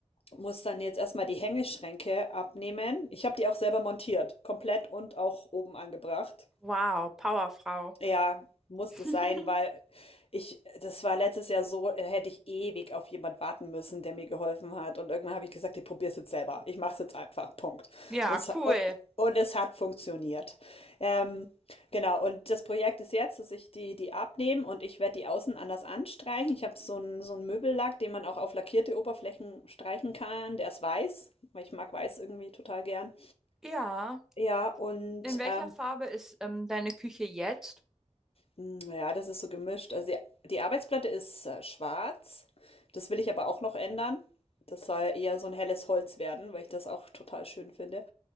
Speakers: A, on the left; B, in the centre.
A: muss dann jetzt erstmal die Hängeschränke abnehmen. Ich habe die auch selber montiert, komplett und auch oben angebracht.
B: wow, Powerfrau.
A: Ja, musste
B: <laughs>
A: sein, weil ich, das war letztes Jahr so, äh, hätte ich ewig auf jemand warten müssen, der mir geholfen hat. Und irgendwann habe ich gesagt, ich probiere es jetzt selber. Ich mache es jetzt einfach. Punkt.
B: Ja,
A: Und, es-
B: cool.
A: und, und es hat funktioniert. Ähm, genau, und das Projekt ist jetzt, dass ich die, die abnehme und ich werde die außen anders anstreichen. Ich habe so einen so einen Möbellack, den man auch auf lackierte Oberflächen streichen kann. Der ist weiß, weil ich mag weiß irgendwie total gern.
B: Ja,
A: Ja, und
B: In welcher
A: ähm,
B: Farbe ist ähm, deine Küche jetzt?
A: Hm, Ja, das ist so gemischt. Also die, die Arbeitsplatte ist äh, schwarz. Das will ich aber auch noch ändern. Das soll eher so ein helles Holz werden, weil ich das auch total schön finde.